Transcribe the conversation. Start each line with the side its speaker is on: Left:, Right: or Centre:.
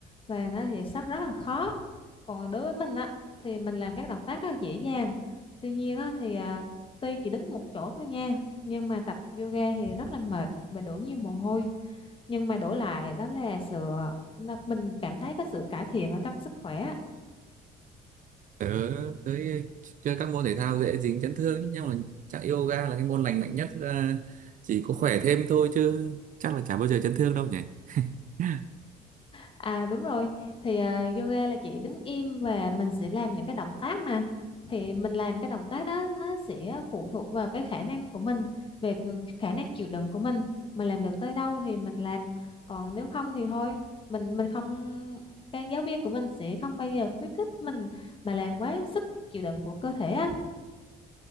Left: và nó thì rất rất là khó. Còn đối với mình á thì mình làm các động tác rất là dễ dàng. Tuy nhiên á thì ờ, tuy chỉ đứng một chỗ thôi nha, nhưng mà tập yoga thì rất là mệt và đổ nhiều mồ hôi nhưng mà đổi lại đó là sự à, nó- mình cảm thấy có sự cải thiện ở trong sức khỏe
Right: Tớ tới chơi các môn thể thao dễ dính chấn thương ấy, nhưng mà chắc yoga là cái môn lành mạnh nhất là chỉ có khỏe thêm thôi chứ chắc là chả bao giờ chấn thương đâu nhỉ. <laughs>
Left: À đúng rồi, thì à, yoga là chỉ đứng im và mình sẽ làm những cái động tác mà thì mình làm cái động tác đó nó sẽ phụ thuộc vào cái khả năng của mình về khả năng chịu đựng của mình mình làm được tới đâu thì mình làm còn nếu không thì thôi mình mình không cái giáo viên của mình sẽ không bao giờ khuyến khích mình mà làm quá sức chịu đựng của cơ thể á